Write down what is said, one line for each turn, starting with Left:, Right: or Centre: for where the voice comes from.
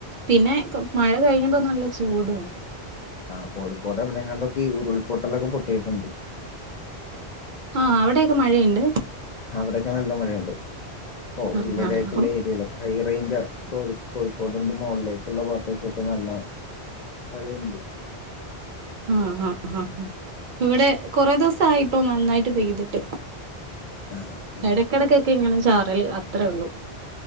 Right: പിന്നെ മഴ കഴിഞ്ഞ്പ നല്ല ചൂടുണ്ട്.
Left: ആ് കോഴിക്കോട് എവിടെെങ്ങാണ്ടൊക്ക ഉരുൾപൊട്ടലൊക്കെ പൊട്ടയിട്ടുണ്ട്.
Right: ആ അവിടെയൊക്കെ മഴയിണ്ട്.?
Left: അവിടെൊക്കെ നല്ല മഴയിണ്ടോ? അപ്പൊ
Right: ആഹ്
Left: <unintelligible>
Right: ആഹ്
Left: ഏരിയയിലൊക്കെ.? റി റൈഞ്ച കോഴി കോഴിക്കോടിന്റെ മുകളിലേകുള്ള ഭാത്തെക്കൊക്കെ നല്ല മഴയിണ്ട്.
Right: ആഹ് ആഹ് ആ് അ ഇവിടെ കൊറെേ ദിവസം ആയിപ്പോൊ നന്നായിട്ട് പെയ്തിട്ട്.
Left: ആ ആ
Right: എടകെടക്കൊക്കെ ഇങ്ങനെ ചാറല് അത്രേ ഉള്ളു.